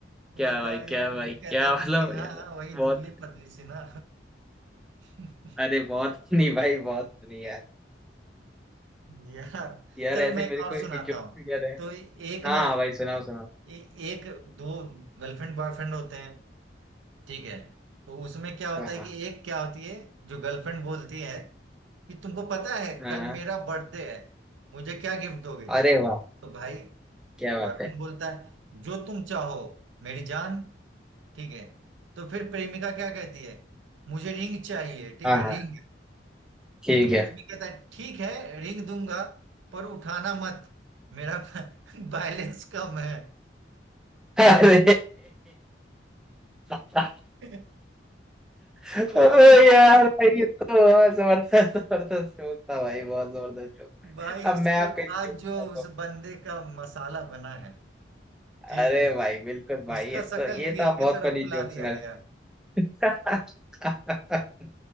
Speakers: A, in the centre; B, on the right.
A: क्या
B: बताओ
A: भाई क्या
B: यार
A: भाई
B: वो कहता
A: क्या
B: है
A: मतलब
B: कि भाई हाँ
A: यार
B: हाँ वही
A: बहुत
B: दुबली पतली सी ना <laughs>
A: अरे बहुत <laughs> नहीं भाई बहुत नहीं यार
B: यार
A: यार
B: चलो
A: ऐसे
B: मैं एक
A: मेरे
B: और
A: को एक
B: सुनाता
A: जोक
B: हूँ
A: याद है
B: तो एक
A: हाँ
B: ना
A: हाँ भाई सुनाओ सुनाओ
B: ए, एक दो गर्लफ्रेंड बॉयफ्रेंड होते हैं ठीक है तो उसमें क्या होता
A: हाँ
B: है
A: हाँ
B: कि एक क्या होती है जो गर्लफ्रेंड बोलती है कि तुमको पता है
A: हाँ
B: कल
A: हाँ।
B: मेरा बर्थडे है मुझे क्या गिफ्ट दोगे
A: अरे वाह
B: तो भाई
A: क्या बात
B: बॉयफ्रेंड
A: है
B: बोलता है जो तुम चाहो मेरी जान ठीक है तो फिर प्रेमिका क्या कहती है मुझे रिंग चाहिए ठीक
A: हाँ
B: है
A: हाँ
B: रिंग
A: ठीक
B: तो
A: है
B: प्रेमी कहता है ठीक है रिंग दूंगा पर उठाना मत मेरा <laughs> बैलेंस कम है
A: अरे <laughs>
B: <laughs>
A: अरे
B: ओए
A: यार भाई ये तो बहुत जबरदस्त जबरदस्त जोक था भाई बहुत जबरदस्त जोक
B: भाई
A: अब
B: उसके
A: मैं आपका
B: बाद
A: एक जोक
B: जो
A: सुनाता
B: उस
A: हूँ
B: बंदे का मसाला बना है ठीक
A: अरे
B: है
A: भाई बिल्कुल भाई
B: उसका
A: ये
B: शकल
A: तो ये
B: केक
A: तो आप
B: की
A: बहुत
B: तरह
A: फनी
B: फुला
A: जोक सुना
B: दिया गया
A: रहे